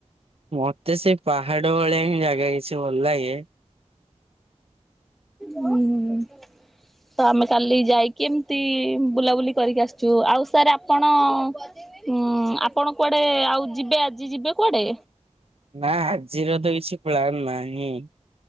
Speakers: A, on the right; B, in the centre.
A: ମତେ ସେ ପାହାଡ ଭଳିଆ ହିଁ ଜାଗା କିଛି ଭଲ ଲାଗେ।
B: ହୁଁ। ତ ଆମେ କାଲି ଯାଇକି ଏମିତି ବୁଲାବୁଲି କରିକି ଆସିଛୁ। ଆଉ ସାର୍ ଆପଣ ହୁଁ ଆପଣ କୁଆଡେ ଆଉ ଯିବେ ଆଜି ଯିବେ କୁଆଡେ?
A: ନା ଆଜିର ତ କିଛି ପ୍ଲାନ ନାହିଁ।